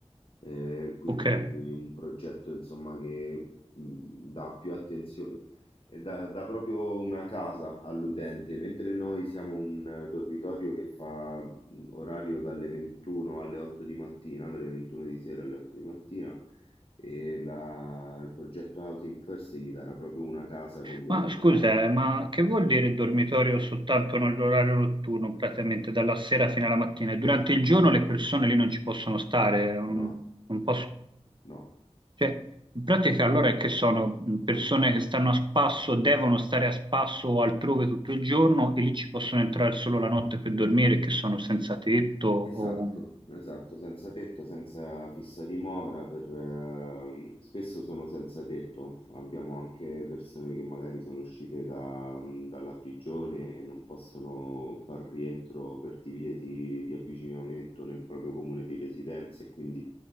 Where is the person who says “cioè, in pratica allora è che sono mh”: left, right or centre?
Right